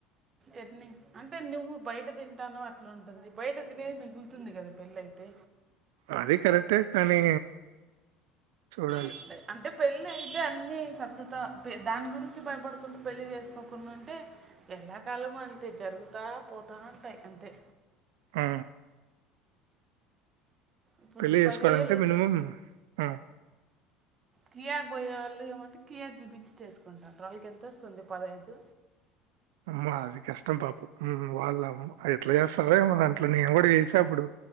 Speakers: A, on the right; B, on the right.
A: ఎర్నింగ్స్ అంటే నువ్వు బయట తింటాన్నవ్ అట్లా ఉంటుంది బయట తినేది మిగులుతుంది గదా పెళ్ళి అయితే
B: అదీ కరెక్టే కానీ చూడాలి
A: అంటే పెళ్ళి అంటే అన్నీ సర్దుతా పె దాని గురించి భయపడుకుంటూ పెళ్ళి చేసుకోకుండా ఉంటే ఎల్లా కాలము అంతే జరుగుతా పోతా ఉంటాయి అంతే
B: ఆ
A: ఇప్పుడు
B: పెళ్లి చేసుకోవాలంటే
A: పదివేలు వచ్చి
B: మినిమం అ
A: కియాగ్ బోయె వాళ్ళు ఏవంటి కియా చూపించి చేసుకుంటాన్రు వాళ్ళకి ఎంతొస్తుంది పదైదు
B: అమ్మా అది కష్టం పాప హూమ్ వాళ్ళ అమ్మ అది ఎట్లా చేస్తారో ఏమో దాంట్లో నేను గూడా చేసా అప్పుడు